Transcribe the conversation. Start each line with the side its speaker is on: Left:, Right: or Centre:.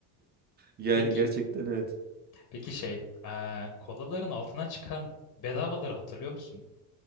Right: Yani
Left: <laughs> Peki
Right: gerçekten evet.
Left: peki şey eee, kolaların altına çıkan bedavaları hatırlıyor musun?